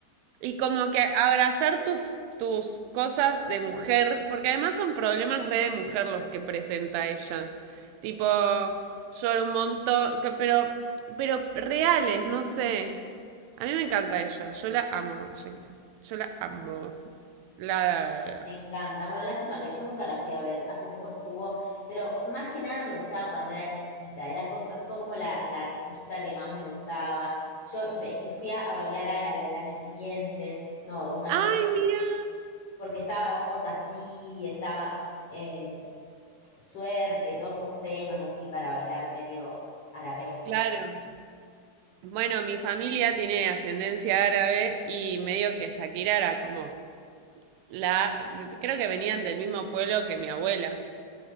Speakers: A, on the right; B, on the left.
A: Y como que abrazar tus, tus cosas de mujer, porque además son problemas re de mujer los que presenta ella. Tipo, lloro un montón, que- pero, pero reales, no sé. A mí me encanta ella, yo la amo a Shakira. Yo la amo. La... la-
B: Me encanta. Bueno, lástima que yo nunca la fui a ver. Hace poco estuvo, pero más que nada me gustaba cuando era chiquita. Era, fue, fue como la, la artista que más me gustaba. Yo empe- y fui a, a bailar árabe al año siguiente, no, dos años
A: ¡Ay,
B: después,
A: mira!
B: porque estaba Ojos así, estaba eh, Suerte y todos esos temas así para bailar medio arabescos.
A: Claro. Bueno, mi familia tiene ascendencia árabe y medio que Shakira era como la... Creo que venían del mismo pueblo que mi abuela.